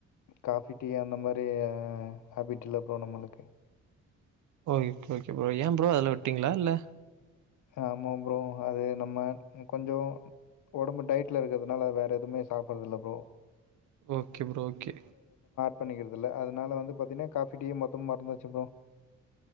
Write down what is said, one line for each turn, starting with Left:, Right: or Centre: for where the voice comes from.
Left: coffee tea அந்த மாரி ஹேபிட்டில்ல இப்போ நம்மளுக்கு
Right: ஓகே ஓகே ப்ரோ ஏ ப்ரோ அதுல விட்டீங்ளா இல்ல
Left: ஆமா ப்ரோ அது நம்ம கொஞ்சோ ஒடம்பு டைட்ல இருக்கறதுனால வேற எதுமே சாப்பறது இல்ல ப்ரோ
Right: ஓகே ப்ரோ ஓகே
Left: பண்ணிக்கறதில்ல அதனால வந்து பாத்தீனா காஃபி டீயே மொத்துமா மறந்தாச்சு ப்ரோ